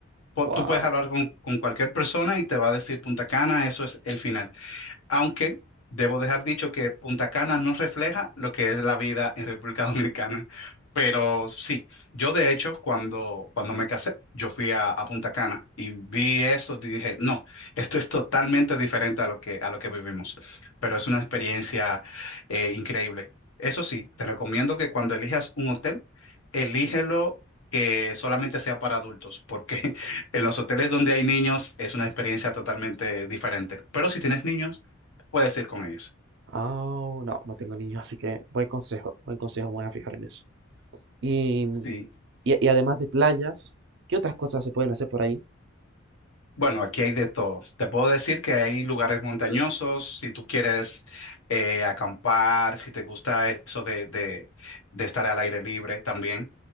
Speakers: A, on the left; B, on the right.
A: po-
B: Wow.
A: tú puedes hablar con, con cualquier persona y te va a decir Punta Cana, eso es el final. Aunque debo dejar dicho que Punta Cana no refleja lo que es la vida en República <laughs> Dominicana. Pero sí, yo de hecho cuando, cuando me casé, yo fui a, a Punta Cana y vi eso y dije, no, esto es totalmente diferente a lo que, a lo que vivimos. Pero es una experiencia eh, increíble. Eso sí, te recomiendo que cuando elijas un hotel, elígelo que solamente sea para adultos, porque <laughs> en los hoteles donde hay niños es una experiencia totalmente diferente. Pero si tienes niños, Puedes ir con ellos.
B: Ah, no, no tengo niños, así que buen consejo, buen consejo, me voy a fijar en eso. Y,
A: Sí.
B: y, y además de playas, ¿qué otras cosas se pueden hacer por ahí?
A: Bueno, aquí hay de todo. Te puedo decir que hay lugares montañosos, si tú quieres eh, acampar, si te gusta eso de, de, de estar al aire libre también.